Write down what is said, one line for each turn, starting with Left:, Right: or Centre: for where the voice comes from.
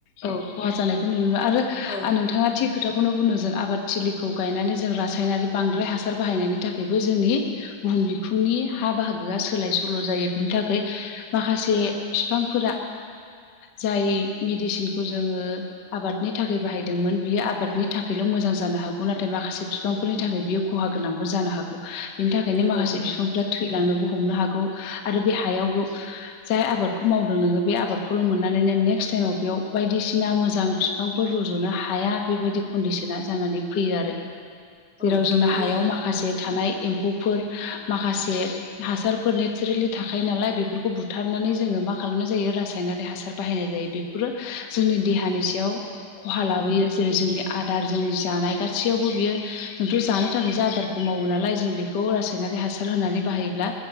Left: औ खहा जानायखौ नुनो आरो
Centre: औ
Left: आ नोंथाङा थिग खोथाखौनो बुंनो जों आबाद थिलिखौ गायनानै जों रासायनारि बांद्राय हासार बाहायनायनि थाखायबो जोंनि बुहुम बिखुंनि हा बाहागोआ सोलाय सोल' जायो बिनि थाखै माखासे फिफांफोरा जाय मेडिसिनखौ जोङो आबादनि थाखाय बाहायदोंमोन बियो आबादनि थाखायल' मोजां जानो हागौ नाथाय माखासे बिफांफोरनि थाखाय बियो खहा गोनांबो जानो हागौ बिनि थाखायनो
Centre: औ
Left: माखासे बिफांफ्रा थैलांनोबो हमनो हागौ आरो बे हायाव गो जाय आबादखौ मावदों नोङो बे आबादखौल' मोननानै नों नेक्स्ट टाइमाव बेयाव बायदिसिना मोजां बिफांफोर रज'नो हाया बेबायदि कन्डिसना जानानै फैयो आरो। जेराव
Centre: औ
Left: जोंना
Centre: जेन
Left: हायाव माखासे थानाय एम्फौफोर माखासे हासारफोर नेचारेलि थाखायो नालाय बेफोरखौ बुथारनानै जोङो मा खालामनाय जायो रासायनारि हासार बाहायनाय जायो बे फोरो जोंनि देहानि सायाव खहा लाबोयो जेरै जोंनि आदार जोंनि जानाय गासैयावबो बियो जोंथ' जानो थाखायसो आदार मावो नालाय जों बेखौ रासायनारि हासार होनानै बाहायोब्ला